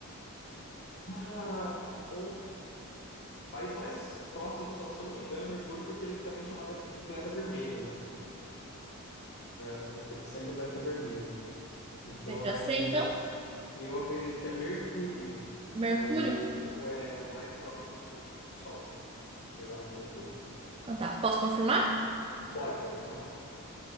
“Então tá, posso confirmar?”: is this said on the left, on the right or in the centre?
Right